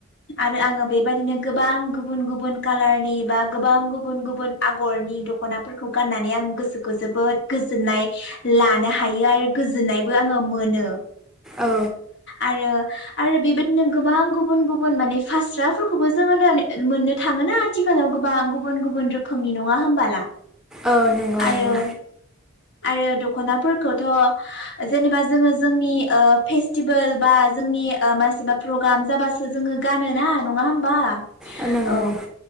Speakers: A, on the left; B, in the centre.
A: आरो आङो बेबायदिनो गोबां गुबुन गुबुन कालारनि बा गोबां गुबुन गुबुन आगरनि दख'ना खौ गाननानै आं गोसोखौ जोबोद गोजोननाय लानो हायो आरो गोजोननायबो आङो मोनो।
B: औ
A: आरो आरो बेबायदिनो गोबां गुबुन गुबुन माने फास्राफोरखौबो जोङो मोननो थाङोना आथिखालाव गोबां गुबुन गुबुन रोखोमनि नङा होमबाला
B: औ नंगौ नंगौ
A: आरो आरो दख'नाफोरखौथ' जेनेबा जोङो जोंनि फेस्टिबोल बा जोंनि ओ मासिबा प्रग्राम जाबासो जोङो गानोना नङा होमबा
B: ओ नोंगौ
A: औ